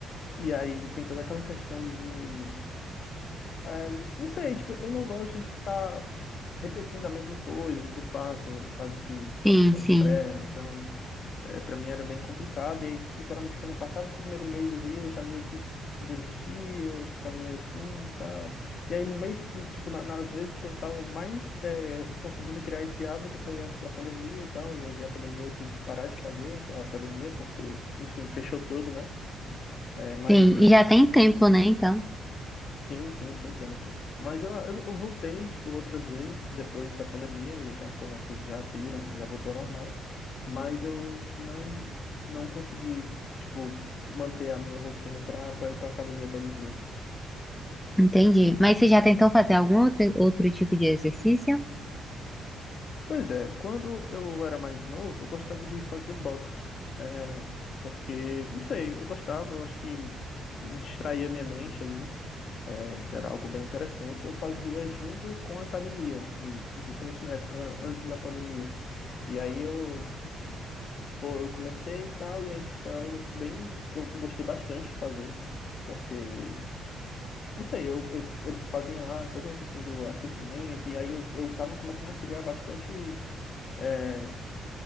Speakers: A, on the left; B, in the centre.
A: E aí tem toda aquela questão de. é, não sei, tipo, eu não gosto de ficar. Tipo, repetindo a mesma coisa que eu faço, no caso de ficar
B: Sim,
A: puxando
B: sim,
A: ferro, então. é para mim era bem complicado e, e geralmente quando passava o primeiro mês ali eu já meio que desistia, ficava meio assim e tal. E aí no mês, tipo, na- nas vezes que eu tava mais eh, conseguindo criar esse hábito foi antes da pandemia e tal, e aí veio a pandemia eu tive que parar de fazer a academia porque, enfim, fechou tudo, né? é mas
B: sim. E já tem tempo, né? Então.
A: Sim, sim, tem tempo. Mas eu, eu, eu voltei, tipo, outras vezes, depois da pandemia, e já quando as coisas já abriram, já voltou ao normal. Mas eu não, não consegui, tipo, manter a minha rotina para ir para academia todo dia.
B: Entendi. Mas você já tentou fazer algum outro, outro tipo de exercício?
A: Pois é, quando eu era mais novo, eu gostava de fazer boxe. É, porque, não sei, eu gostava, eu acho que distraía minha mente ali. É, era algo bem interessante. Eu fazia junto com a academia, hum, justamente na época antes da pandemia. E aí eu, pô, eu comecei e tal, e aí tipo, foi algo bem que eu gostei bastante de fazer, porque, não sei, eu, eu- eles faziam lá toda a questão do aquecimento, e aí eu, eu tava começando a criar bastante é,